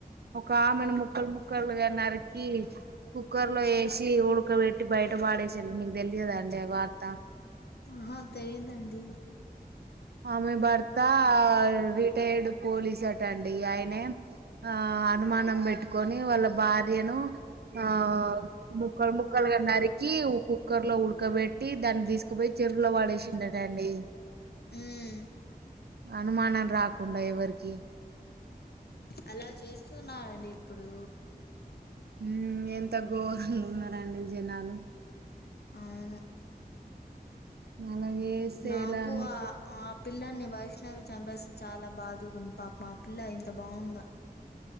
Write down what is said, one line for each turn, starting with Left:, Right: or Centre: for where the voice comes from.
Right: ఒక ఆమెను ముక్కలు ముక్కలుగా నరికి కుక్కర్ లో ఏసి ఉడకబెట్టి బయట పాడేసింది. మీకు తెలియదా అండి ఆ వార్త
Left: ఆహా తెలీదండి.
Right: ఆమె భర్తా అది రిటైర్డ్ పోలీసట అండి ఆయనే ఆ అనుమానం పెట్టుకొని వాళ్ళ భార్యను ఆ ముక్కలు ముక్కలు గా నరి కి ఓ కుక్కర్ లో ఉడకబెట్టి దాన్ని తీసుకుపోయి చెరువులో పాడేసిండటండి.
Left: ఉమ్
Right: అనుమానం రాకుండా ఎవరికి
Left: అలా చేస్తున్నాారండి ఇప్పుడు
Right: హ్మ్ ఎంత ఘోరంగా ఉన్నారండి జనాలు
Left: అవును.
Right: అలాగే చేస్తే
Left: నాకూఆ
Right: ఎలా అండి
Left: ఆ పిల్లని బయ్ కృష్ణని చంపేస్తే చాలా బాధగుంది. పాపం ఆ పిల్ల ఎంత బాగుందో